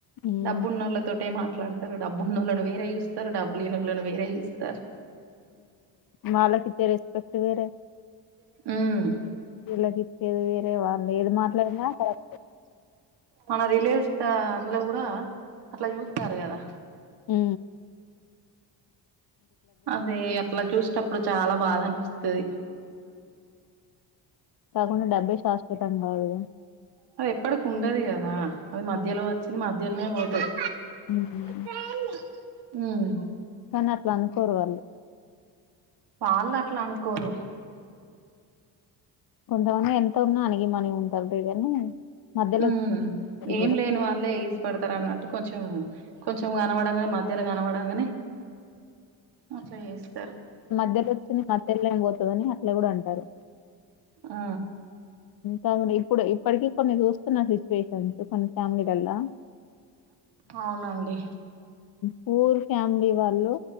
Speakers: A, on the left; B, on the right.
A: ఉమ్,
B: డబ్బున్నోళ్ళతోటె మాట్లాడు రు డబ్బు ఉన్నోళ్ళను వేరే చూస్తరు, డబ్బులేనోళ్ళని వేరే చూస్తరు.
A: వాళ్ళకిచ్చే రిస్పెక్ట్ వేరే.
B: హ్
A: వీళ్ళకి ఇచ్చది వేరే వాల్ ఏది మాట్లాడినా కరెక్టే.
B: మన రిలేవ్స్ ద అందులో కూడా అట్లా చూస్తాల్లు కదా.
A: ఉ
B: అదే అట్లా చూసేటప్పుడు చాలా బాధ అనిపిస్తది.
A: కాకుండా డబ్బే శాశ్వతం కాదుగా.
B: అది ఎప్పటికి ఉండది గదా అది మధ్యలో వచ్చింది మధ్యల్నే పోతది.
A: మ్
B: హ్
A: కనీ అట్ల అనుకోరువాళ్ళు.
B: వాళ్ళట్ల అనుకోరు.
A: కొంతమంది ఎంత ఉన్నా అనిగి మనిగి ఉంటరులే కానీ. మధ్యలో
B: ఉ
A: వచ్చారు
B: ఏం
A: చూడు
B: లేనివాళ్ళే ఎగిసి పడతరు అన్నట్టు కొంచెం కొంచెం కనపడంగనే మ ధ్యలా కనపడంగనే అట్లా చేస్తరు.
A: మధ్యలో వచ్చింది మధ్యల్నే పోతదని అట్లా కూడా అంటరు.
B: ఆ
A: కాకుంటే ఇప్పుడు ఇప్పటికీ కొన్ని చూస్తున్న సిచ్యువేషన్స్ కొన్ని ఫ్యామిలీలల్లా
B: అవునండి.
A: పూర్ ఫ్యామిలీ వాళ్ళు.